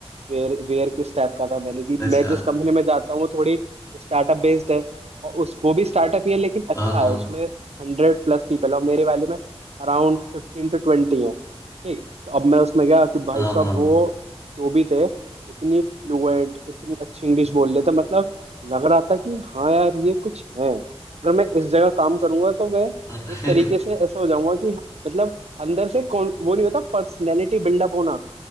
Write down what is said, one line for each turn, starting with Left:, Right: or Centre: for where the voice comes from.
Right: वेयर वेयर किस टाइप का था मैंने कि
Left: अच्छा
Right: मैं जिस कंपनी में जाता हूँ वो थोड़ी स्टार्टअप बेस्ड है और उस वो भी स्टार्टअप ही है लेकिन अच्छा
Left: हाँ हाँ
Right: है उसमें हंड्रेड प्लस पीपल और मेरे वाले में अराउंड फिफ्टीन टू ट्वेंटी हैं ठीक तो अब मैं उसमें गया कि भाई
Left: हाँ
Right: साहब
Left: हाँ
Right: वो जो भी थे इतनी फ्लुएंट इतनी अच्छी इंग्लिश
Left: हम्म,
Right: बोल रहे थे मतलब लग रहा था कि हाँ यार ये कुछ है अगर मैं इस जगह काम करूंगा तो मैं
Left: हाँ <laughs>
Right: एक तरीके से ऐसा हो जाऊंगा कि मतलब अंदर से कौन वो नहीं होता पर्सनैलिटी बिल्डअप होना